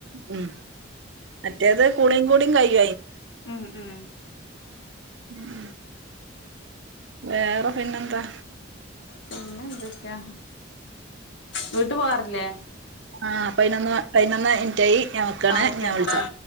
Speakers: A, on the right; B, on the left.
A: ഉം മറ്റേത് കുളിയും കൂടിയും കഴു
B: ഉം ഉം
A: ഉം വേറെ പിന്നെന്താ
B: പിന്നെ എന്തൊക്കെയാ വീട്ട് പോവാറില്ലേ
A: ആഹ് പയിനൊന്ന് പയിനൊന്ന് ഇറ്റായി ഞാൻവെക്കാണ്
B: ആ ഓക്കെ
A: ഞാൻ
B: എന്നാ
A: വിളിച്ച
B: ആ